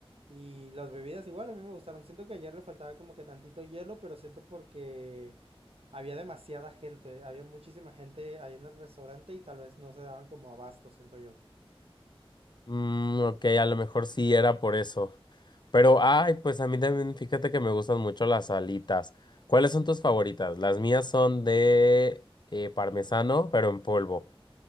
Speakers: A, on the right; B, on the left.
A: y las bebidas igual, a mí me gustaron, siento que ayer le faltaba como que tantito hielo, pero siento porque... Había demasiada gente, había muchísima gente ahí en el restaurante y tal vez no se daban como abasto, siento yo.
B: Mm, ok, a lo mejor sí era por eso. Pero, ay, pues a mí también, fíjate que me gustan mucho las alitas. ¿Cuáles son tus favoritas? Las mías son de eh, parmesano, pero en polvo.